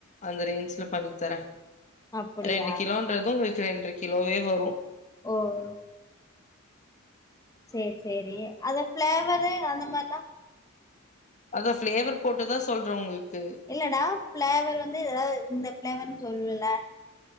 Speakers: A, on the left; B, on the left.
A: அந்த ரேஞ்சில பண்ணி தரே
B: அப்டியா
A: ரெண்டு கிலோன்றது உங்களுக்கு ரெண்ற கிலோவே வரு
B: ஓ ஓ சேர சேரி அந்த ஃப்ளேவரு அந்த மாரில்லா
A: அதா ஃப்ளேவர் போட்டுதா சொல்ற உங்களுக்கு
B: இல்லடா ஃப்ளேவர் வந்து ஏதாது இந்த ஃப்ளேவர்னு சொல்லுவெல்ல